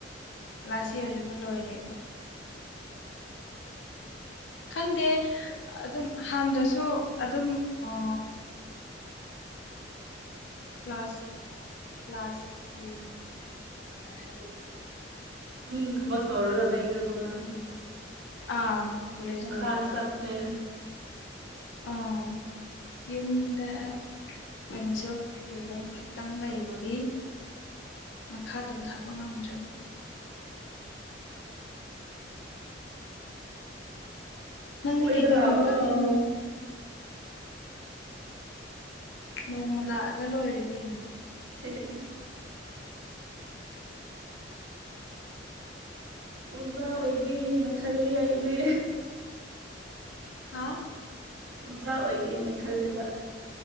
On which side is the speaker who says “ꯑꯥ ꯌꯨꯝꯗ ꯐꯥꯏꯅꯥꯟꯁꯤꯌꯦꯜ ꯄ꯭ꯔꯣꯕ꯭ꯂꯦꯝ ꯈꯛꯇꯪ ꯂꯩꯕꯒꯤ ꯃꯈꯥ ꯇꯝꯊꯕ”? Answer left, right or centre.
Left